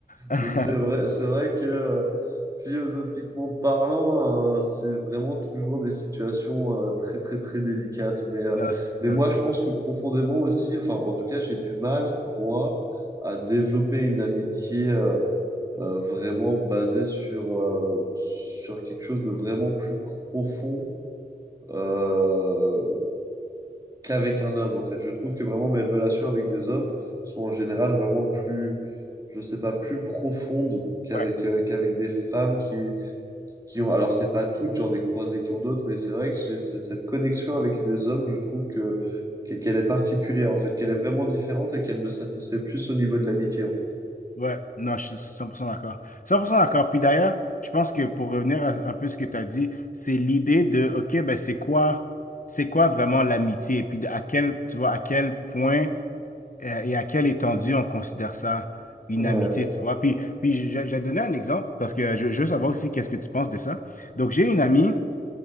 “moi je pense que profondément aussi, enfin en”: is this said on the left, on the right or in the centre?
Right